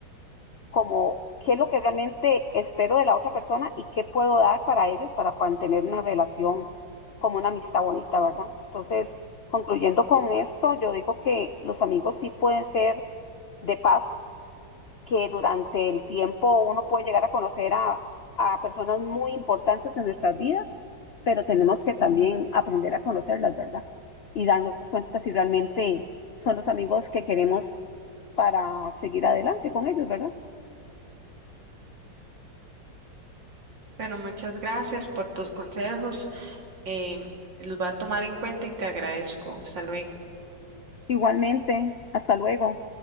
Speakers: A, on the left; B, on the right.
A: como qué es lo que realmente espero de la otra persona y qué puedo dar para ellos para mantener una relación como una amistad bonita, ¿verdad? Entonces, concluyendo con esto, yo digo que los amigos sí pueden ser de paso, que durante el tiempo uno puede llegar a conocer a, a personas muy importantes en nuestras vidas, pero tenemos que también aprender a conocerlas, ¿verdad? Y darnos cuenta si realmente son los amigos que queremos para seguir adelante con ellos, ¿verdad?
B: Bueno, muchas gracias por tus consejos. em, los voy a tomar en cuenta y te agradezco. Hasta luego.
A: Igualmente, hasta luego.